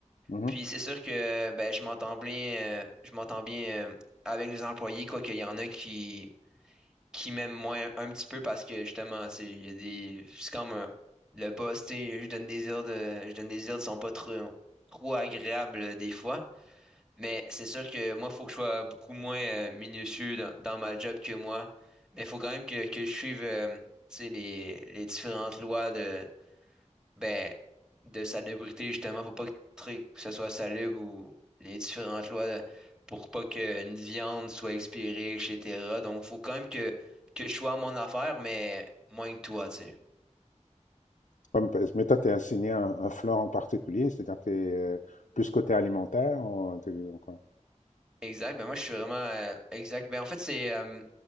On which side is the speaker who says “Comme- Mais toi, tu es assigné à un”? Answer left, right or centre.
Left